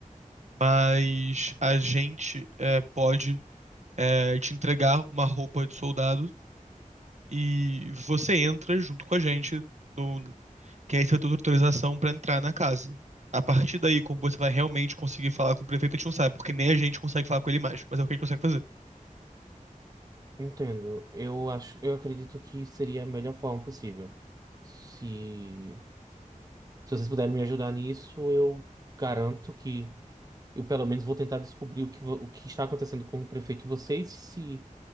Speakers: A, on the right (about 55°); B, on the right (about 25°).
A: mas a gente é, pode é, te entregar uma roupa de soldado e você entra junto com a gente, no, que aí você vai ter autorização para entrar na casa. A partir daí, como você vai realmente conseguir falar com o prefeito, a gente não sabe, porque nem a gente consegue falar com ele mais, mas é o que a gente consegue fazer.
B: Entendo. Eu acho, eu acredito que seria a melhor forma possível. Se, se vocês puderem me ajudar nisso, eu garanto que Eu, pelo menos, vou tentar descobrir o que, vo- o que está acontecendo com o prefeito e vocês. Se